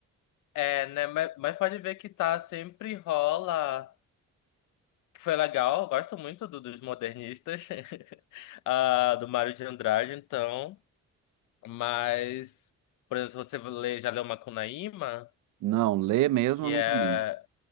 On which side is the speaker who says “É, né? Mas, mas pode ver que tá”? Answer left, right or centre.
Left